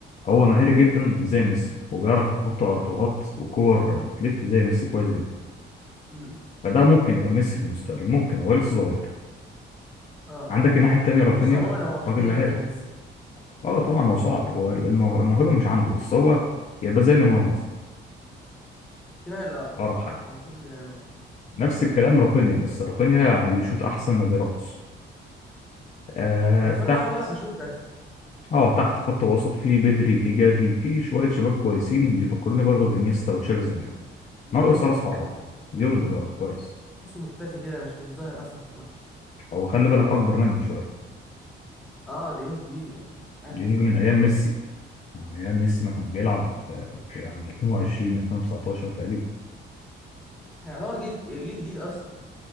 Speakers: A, on the left (about 35°); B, in the centre.
A: هو مهاري جدا زي ميسي وبيعرف يحط ارتوهات وكور بتلف زي ميسي كويس جدا
B: امم
A: فده ممكن يبقى ميسي في المستقبل ممكن هو لسه صغير
B: اه
A: عندك الناحية التانية رافينيا
B: بص عموما هو مفيش
A: راجل
B: حد يبقى
A: مهاري
B: زي ميسي
A: اه طبعا هو صعب هو المو- الموهبة مش عنده بس هو يبقى زي نيمار مثلا
B: احتمال اه
A: أقرب حاجة
B: يعني نعتبره زي نيمار
A: نفس الكلام رافينيا بس رافينيا يعني بيشوط أحسن ما بيرقص آه
B: نفرق
A: تحت
B: هو بيعرف يشوط بس
A: اه تحت خط وسط في بدري في جافي في شوية شباب كويسين بيفكروني برضه بإنيستا وتشافي زمان
B: ديونج
A: ناقص راس
B: برضه
A: حربة
B: مش وحش
A: ديونج برضه كويس
B: تحسه مختفي كده مش مش ظاهر اصلا في الماتش
A: هو خلي بالك أكبر منهم شوية
B: اه ديونج كبير يعني عارف
A: ديونج من أيام
B: خد
A: ميسي
B: بالي
A: يعني أيام ميسي ما كان بيلعب في في- يعني 2020 2019 تقريبا
B: احنا يعتبر جيل جيل جديد اصلا